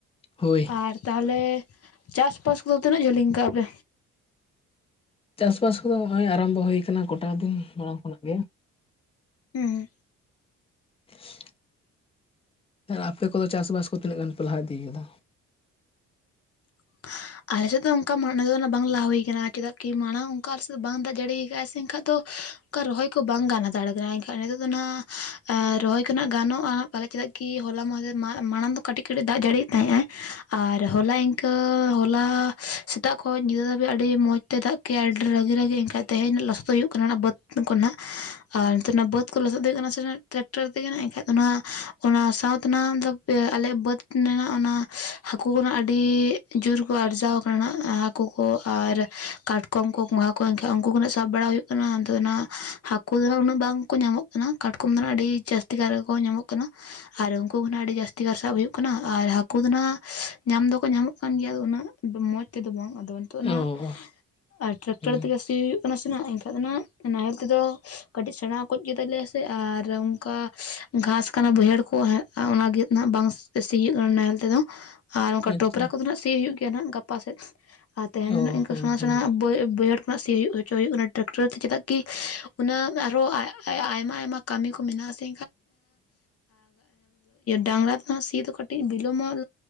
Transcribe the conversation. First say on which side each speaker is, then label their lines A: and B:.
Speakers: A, on the left; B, on the left.
A: ᱦᱳᱭ
B: ᱟᱨ ᱛᱟᱦᱚᱞᱮ ᱪᱟᱥ-ᱵᱟᱥ ᱠᱚᱫᱚ ᱛᱤᱱᱟᱹᱜ ᱡᱷᱟᱹᱞᱤᱧ ᱠᱟᱜᱼᱟ ᱯᱮ?
A: ᱪᱟᱥ ᱵᱟᱥ ᱠᱚᱫᱚ ᱱᱚᱜ ᱚᱭ ᱟᱨᱟᱢᱵᱚ ᱦᱩᱭ ᱟᱠᱟᱱᱟ ᱜᱚᱴᱟ ᱫᱤᱱ ᱢᱟᱲᱟᱝ ᱠᱷᱚᱱᱟᱜ ᱜᱮ
B: ᱦᱮᱸ
A: <inaudible> ᱟᱯᱮ ᱠᱚᱫᱚ ᱪᱟᱥᱵᱟᱥ ᱠᱚ ᱛᱤᱱᱟᱹᱜ ᱜᱟᱱ ᱯᱮ ᱞᱟᱦᱟ ᱤᱫᱤᱭ ᱠᱟᱫᱟ?
B: <inaudible> ᱟᱞᱮ ᱥᱮᱫ ᱫᱚ ᱚᱱᱠᱟ ᱢᱮ ᱱᱟ ᱚᱱᱟ ᱵᱟᱝ ᱞᱟᱦ ᱦᱩᱭ ᱠᱟᱱᱟ ᱪᱮᱫᱟᱜ ᱠᱤ ᱢᱟᱲᱟᱝ ᱚᱱᱠᱟ ᱟᱞᱮ ᱥᱮ ᱫᱚ ᱵᱟᱝ ᱫᱟᱜ ᱡᱟᱹᱲᱤᱭᱟ ᱟᱠᱫᱼᱟ ᱥᱮ ᱮᱱᱠᱷᱟᱡ ᱫᱚ ᱚᱱᱠᱟ ᱨᱚᱦᱚᱭ ᱠᱚ ᱵᱟᱝ ᱜᱟᱱ ᱦᱟ ᱫᱟᱲᱮ ᱠᱟᱱᱟ ᱮᱱᱠᱷᱟᱱ ᱱᱤᱛᱚᱜ ᱫᱚ ᱦᱟᱜ ᱨᱚᱦᱚᱭ ᱠᱷᱚᱱᱟᱜ ᱜᱟᱱᱚᱜᱼᱟ᱾ ᱯᱟᱞ ᱪᱮᱫᱟᱜ ᱠᱤ ᱦᱚᱞᱟ ᱢᱟᱦ ᱨᱮ ᱢᱟᱲᱟᱝ ᱫᱚ ᱠᱟᱹᱴᱤᱡ ᱠᱟᱹᱴᱤᱡ ᱫᱟᱜ ᱡᱟᱹᱲᱤᱭ ᱛᱟᱦᱮᱸᱜ ᱟᱭ ᱟᱨ ᱦᱚᱞᱟᱤᱱ ᱠᱟ ᱦᱚᱞᱟ ᱥᱮᱛᱟᱜ ᱠᱷᱚᱱ ᱧᱤᱫᱟᱹ ᱫᱷᱟᱹᱵᱤᱡ ᱟᱹᱰᱤ ᱢᱚᱸᱡᱽ ᱛᱮ ᱫᱟᱜ ᱠᱮᱜ ᱟᱭ ᱟᱹᱰᱤ ᱨᱟᱹᱜᱤ ᱨᱟᱹᱜᱤ ᱮᱱᱠᱷᱟᱡ ᱛᱮᱦᱮᱧ ᱞᱚᱥᱚᱫ ᱦᱩᱭᱩᱜ ᱠᱟᱱᱟ ᱵᱟᱹᱫᱽ ᱠᱚ ᱱᱟᱦᱟᱜ ᱟᱨ ᱱᱤᱛᱚᱜ ᱚᱱᱟ ᱵᱟᱹᱫᱽ ᱠᱚ ᱞᱚᱥᱚᱫ ᱫᱚ ᱦᱩᱭᱩᱜ ᱠᱟᱱᱟ ᱥᱮ ᱴᱨᱟᱠᱴᱟᱨ ᱛᱮᱜᱮ ᱦᱟᱸᱜ ᱮᱱᱠᱷᱟᱡ ᱫᱚ ᱱᱚᱣᱟ ᱚᱱᱟ ᱥᱟᱶᱛᱮ ᱱᱟᱜ ᱫᱚ ᱟᱞᱮᱭᱟᱜ <inaudible> ᱵᱟᱹᱫᱽ ᱢᱮᱱᱟᱜᱼᱟ ᱚᱱᱟ ᱦᱟᱹᱠᱩ ᱠᱚᱱᱟᱜ ᱟᱹᱰᱤ <unintelligible> ᱡᱳᱨ ᱠᱚ ᱟᱨᱥᱟᱹᱣ ᱟᱠᱟᱱᱟ ᱦᱟᱹᱠᱩ ᱠᱚ ᱟᱨ ᱠᱟᱴᱠᱚᱢ ᱠᱚ ᱜᱚᱸᱜᱷᱟ ᱠᱚ ᱮᱱᱠᱷᱟᱱ ᱩᱱᱠᱩ ᱠᱚᱱᱟᱜ ᱥᱟᱵ ᱵᱟᱲᱟ ᱦᱩᱭᱩᱜ ᱠᱟᱱᱟ <unintelligible> ᱦᱟᱹᱠᱩ ᱫᱚ ᱦᱟᱜ ᱩᱱᱟᱹᱜ ᱵᱟᱝ ᱠᱚ ᱧᱟᱢᱚᱜ ᱠᱟᱱᱟ ᱠᱟᱴᱠᱚᱢ ᱫᱚ ᱱᱟᱦᱟᱜ ᱟᱹᱰᱤ ᱡᱟᱹᱥᱛᱤ ᱠᱟᱨ ᱜᱮᱠᱚ ᱧᱟᱢᱚᱜ ᱠᱟᱱᱟ ᱟᱨ ᱩᱱᱠᱩ ᱫᱚ ᱱᱟᱦᱟᱜ ᱟᱹᱰᱤ ᱡᱟᱹᱥᱛᱤ ᱠᱟᱨ ᱥᱟᱵ ᱦᱩᱭᱩᱜ ᱠᱟᱱᱟ ᱟᱨ ᱦᱟᱹᱠᱩ ᱫᱚ ᱦᱟᱜ ᱧᱟᱢ ᱫᱚᱠᱚ ᱧᱟᱢᱚᱜ ᱠᱟᱱᱟ ᱠᱟᱱ ᱜᱮᱭᱟ ᱩᱱᱟᱹᱜ ᱢᱚᱸᱡᱽ ᱛᱮᱫᱚ ᱵᱟᱝ ᱟᱫᱚ ᱱᱤᱛᱚᱜ ᱱᱚᱣᱟ
A: ᱚ ᱚ
B: ᱟᱨ ᱴᱨᱟᱠᱴᱟᱨ
A: ᱦᱮᱸ
B: ᱛᱮᱜᱮ ᱥᱤ ᱦᱩᱭᱩᱜ ᱠᱟᱱᱟ ᱥᱮ ᱮᱱᱠᱟᱱ ᱫᱚ ᱱᱟᱦᱟᱜ ᱱᱟᱦᱮᱞ ᱛᱮᱫᱚ ᱠᱟᱹᱴᱤᱡ ᱥᱮᱬᱟ ᱠᱚᱡ ᱜᱮᱛᱟ ᱞᱮᱭᱟ ᱥᱮ ᱟᱨ ᱚᱱᱠᱟ ᱜᱷᱟᱥ ᱠᱟᱱᱟ ᱵᱟᱹᱭᱦᱟᱹᱲ ᱠᱚ ᱚᱱᱟ ᱜᱮ ᱱᱟᱜ ᱵᱟᱝ ᱥᱤᱭᱩᱜ ᱠᱟᱱᱟ ᱱᱟᱦᱮᱞ ᱛᱮᱫᱚ ᱟᱨ ᱚᱱᱠᱟ
A: ᱟᱪᱪᱷᱟ
B: ᱴᱚᱯᱨᱟ ᱠᱚᱫᱚ ᱱᱟᱦᱟᱜ ᱥᱤ ᱦᱩᱭᱩᱜ ᱜᱮᱭᱟ ᱱᱟᱦᱟᱜ ᱜᱟᱯᱟ ᱥᱮᱫ ᱟᱨ ᱛᱮᱦᱮᱱ
A: ᱚ
B: ᱫᱚ ᱤᱱᱠᱟᱹ
A: ᱦᱮᱸ
B: ᱥᱮᱲᱟ
A: ᱦᱮᱸ
B: ᱥᱮᱲᱟ ᱵᱟᱹᱭᱦᱟᱹᱲ ᱠᱷᱚᱱᱟᱜ ᱥᱤᱭ ᱦᱩᱭᱩᱜᱼᱟ <unintelligible> ᱦᱩᱭᱩᱜ ᱠᱟᱱᱟ ᱴᱨᱟᱠᱴᱚᱨ ᱛᱮ ᱪᱮᱫᱟᱜ ᱠᱤ ᱩᱱᱟᱹᱜ ᱟᱨ ᱦᱚᱸ ᱟᱭᱢᱟ ᱟᱭᱢᱟ ᱠᱟᱹᱢᱤ ᱠᱚ ᱢᱮᱱᱟᱜ-ᱟ ᱥᱮ ᱰᱟᱝᱨᱟ ᱛᱮᱫᱚ ᱥᱤ ᱫᱚ ᱠᱟᱹᱴᱤᱡ ᱵᱤᱞᱚᱢᱚᱜ